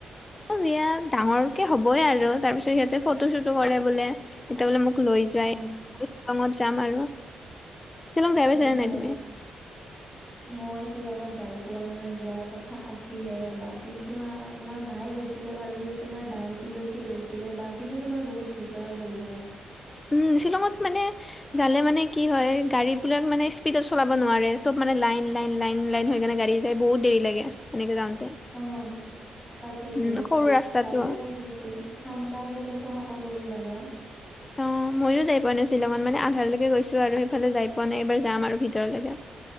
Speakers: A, on the left; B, in the centre.
A: বিয়াত ডাঙৰকে হ'বই আৰু তাৰ পিছত সিহঁতে ফটো চটো কৰে বোলে, তেতিয়া বোলে মোক লৈ যাৱাই
B: অ
A: শ্বিলঙত যাম আৰু। শ্বিলং যাই পাইছানে
B: আচ্ছা।
A: নাই তুমি?
B: মই শ্বিলঙত যাই পোৱা নাই, যোৱাৰ কথা আছিলে ৰবা, কিন্তু আমাৰ মায়ে গৈছিল। ছিলে বাৰু, এই তোমাৰ ডাউকি লৈকে গৈছিলে, ডাউকি তোমাৰ বহুত ভিতৰত হৈ যায়।
A: উম, শ্বিলঙত মানে যালে মানে কি হয়, গাড়ী বিলাক মানে স্পীডত চলাব নোৱাৰে, চব মানে লাইন, লাইন, লাইন, লাইন, হৈ কেনে গাড়ী বহুত দেৰি লাগে এনেকে যাওঁতে।
B: অ, তাকেতো
A: উম সৰু ৰাস্তাটো
B: ভাল লাগে কিন্তু। ঠাণ্ডাই বুলে চ, সকলোবোৰ জাগা।
A: অ, মইয়ো যাই পোৱা নাই শ্বিলঙত মানে, আধাৰালৈকে গৈছো আৰু সেইফালে যাই পোৱা নাই এইবাৰ যাম আৰু ভিতৰলৈকে।